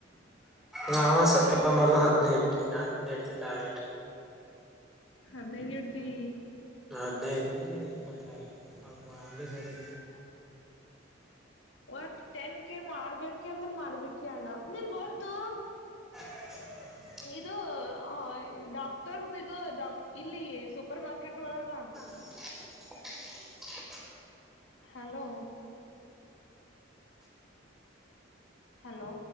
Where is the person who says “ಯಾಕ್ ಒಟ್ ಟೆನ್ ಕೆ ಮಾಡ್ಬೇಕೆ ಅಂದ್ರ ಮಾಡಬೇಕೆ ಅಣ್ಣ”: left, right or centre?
Left